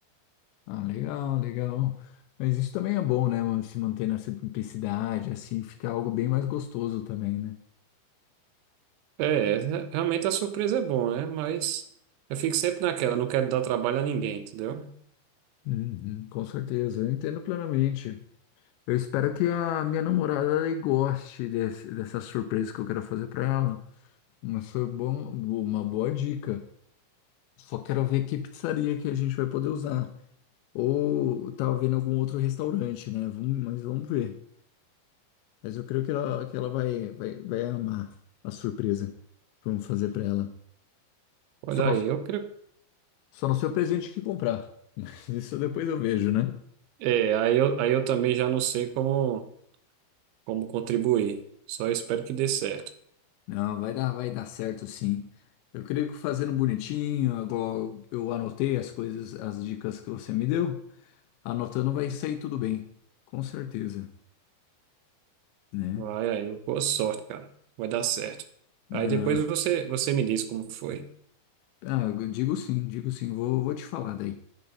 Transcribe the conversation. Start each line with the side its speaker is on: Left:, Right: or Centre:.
Left: Ah, legal, legal. Mas isso também é bom, né, mano? Se manter na simplicidade, assim, fica algo bem mais gostoso também, né?
Right: É, re- realmente a surpresa é bom, né? Mas eu fico sempre naquela, não quero dar trabalho a ninguém, entendeu?
Left: Uhum, com certeza, eu entendo plenamente. Eu espero que a minha namorada ela goste desse, dessa surpresa que eu quero fazer pra ela. Mas foi bom, uma boa dica. Só quero ver que pizzaria que a gente vai poder usar. Ou tava vendo algum outro restaurante, né? Vamos, mas vamos ver. Mas eu creio que ela, que ela vai, vai, vai amar a surpresa que vamos fazer pra ela.
Right: Olha
Left: Só não
Right: aí,
Left: sei,
Right: eu creio
Left: só não sei o presente que comprar. <laughs> Mas isso depois eu vejo, né?
Right: É, aí eu, aí eu também já não sei como, como contribuir. Só espero que dê certo.
Left: Não, vai dar, vai dar certo sim. Eu creio que fazendo bonitinho, agora eu anotei as coisas, as dicas que você me deu. Anotando vai sair tudo bem, com certeza, né?
Right: Vai aí, boa sorte, cara. Vai dar certo. Aí
Left: Ah,
Right: depois você, você me diz como foi.
Left: ah, eu digo sim, digo sim, vou, vou te falar daí.